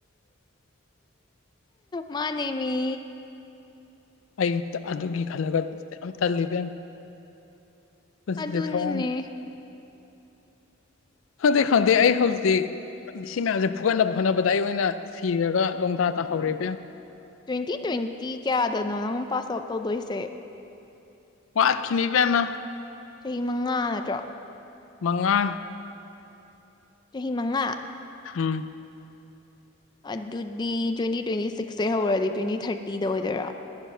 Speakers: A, on the left; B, on the left.
A: ꯃꯥꯅꯦꯃꯤ꯫
B: ꯑꯩ ꯑꯗꯨꯒꯤ ꯈꯜꯂꯒ ꯌꯥꯝ ꯇꯜꯂꯤ ꯏꯕꯦꯝ꯫ ꯄꯨꯟꯁꯤꯁꯦ
A: ꯑꯗꯨꯅꯤꯅꯦ
B: ꯊꯋꯣꯡ ꯈꯪꯗꯦ ꯈꯪꯗꯦ ꯑꯩ ꯍꯧꯖꯤꯛ ꯁꯤ ꯃꯌꯥꯝꯁꯦ ꯐꯨꯒꯠꯅꯕ ꯍꯣꯠꯅꯕꯗ ꯑꯩ ꯑꯣꯏꯅ ꯁꯤꯔꯒ ꯂꯣꯡꯗꯥ ꯇꯥꯍꯧꯔꯦ ꯏꯕꯦꯝꯃ
A: ꯇ꯭ꯋꯦꯟꯇꯤ ꯇ꯭ꯋꯦꯟꯇꯤ ꯀꯌꯥꯗꯅꯣ ꯅꯪ ꯄꯥꯁ ꯑꯥꯎꯠ ꯇꯧꯗꯣꯏꯁꯦ꯫
B: ꯋꯥꯠꯈꯤꯅꯤ ꯏꯕꯦꯝꯃ
A: ꯆꯍꯤ ꯃꯉꯥ ꯅꯠꯇ꯭ꯔꯣ?
B: ꯃꯉꯥ
A: ꯆꯍꯤ ꯃꯉꯥ
B: ꯎꯝ
A: ꯑꯗꯨꯗꯤ ꯇ꯭ꯋꯦꯟꯇꯤ ꯇ꯭ꯋꯦꯟꯇꯤ ꯁꯤꯛꯁꯁꯦ ꯍꯧꯔꯗꯤ ꯇ꯭ꯋꯦꯟꯇꯤ ꯊꯥꯔꯇꯤꯗ ꯑꯣꯏꯗꯣꯏꯔꯥ